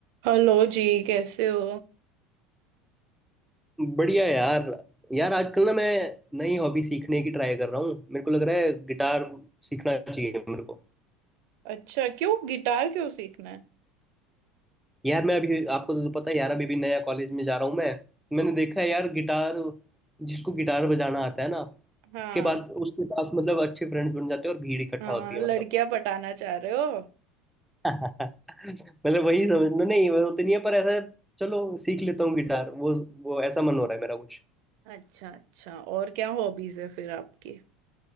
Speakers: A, on the right (about 65°); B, in the centre.
A: हेलो जी कैसे हो
B: बढ़िया यार यार आजकल ना मैं नई हॉबी सीखने की ट्राई कर रहा हूँ मेरे को लग रहा है गिटार सीखना चाहिए मेरे को
A: अच्छा क्यों गिटार क्यों सीखना है
B: यार मैं अभी आपको तो पता है यार अभी भी नया कॉलेज में जा रहा हूँ मैं मैंने देखा है यार गिटार जिसको गिटार बजाना आता है ना
A: हाँ
B: उसके बाद उसके पास मतलब अच्छे फ्रेंड्स बन जाते हैं और भीड़ इकट्ठा
A: हाँ
B: होती है
A: लड़कियां
B: मतलब
A: पटाना चाह रहे हो
B: <laughs> मतलब वही समझ नहीं वो तो नहीं है पर ऐसा चलो सीख लेता हूँ गिटार वो वो ऐसा मन हो रहा है मेरा कुछ।
A: अच्छा अच्छा और क्या हॉबीज है फिर आपकी